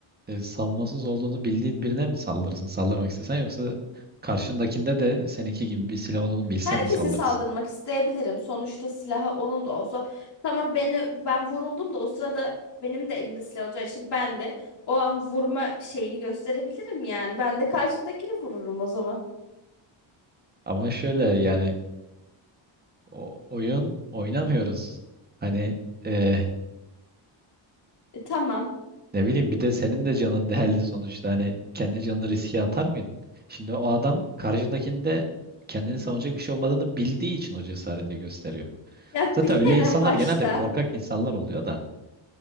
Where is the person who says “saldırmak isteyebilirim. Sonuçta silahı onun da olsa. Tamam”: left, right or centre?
Left